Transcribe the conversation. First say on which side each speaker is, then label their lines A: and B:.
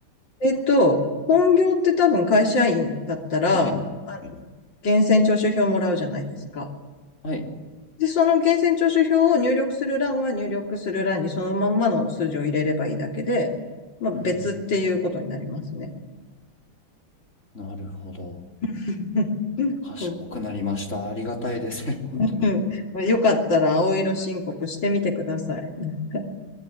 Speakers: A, on the left; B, on the left.
A: えっと、本業って多分会社員だったら、
B: 会社員だ。
A: あの、
B: はい。
A: 源泉徴収票もらうじゃないですか。
B: はい
A: で、その源泉徴収票を入力する欄は入力する欄にそのまんまの数字を入れればいいだけで、まあ別っていうことになりますね。
B: うんうん。なるほど。
A: <laughs>
B: 賢くなりました。ありがたいですね。<laughs> 本当に。
A: うん。まあよかったら青色申告してみてください。<laughs>